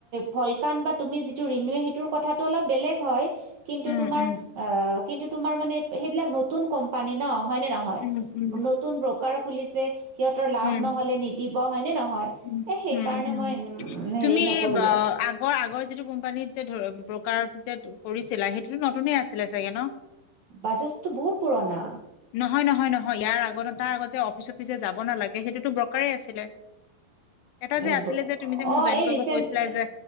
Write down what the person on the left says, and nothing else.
উম
উম
উম উম
উম
উম
হোম
তুমি
আ আগৰ আগৰ যিটো কোম্পানী ধ ব্ৰকাৰত যে কৰিছিলা সেইটোতো নতুনে আছিলে চাগে ন
নহয় নহয় নহয় ইয়াৰ আগ তাৰ আগত যে অফিচ অফিচ যাব নালাগে সেইটোতো ব্ৰকাৰে আছিলে এটা যে
আছিলে যে তুমি যে মোক
জইন
কৰিব
কৈছিলা যে